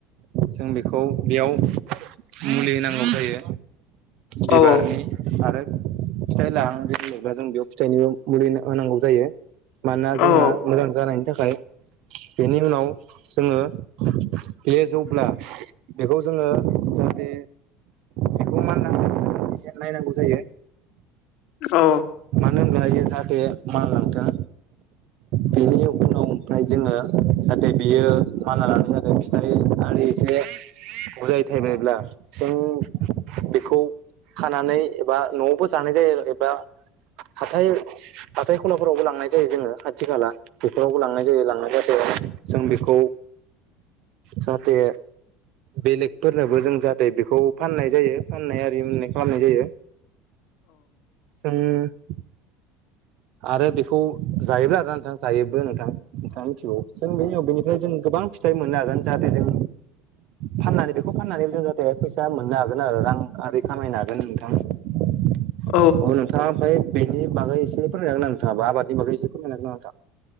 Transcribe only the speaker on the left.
नंगौ
नंगौ
औ
औ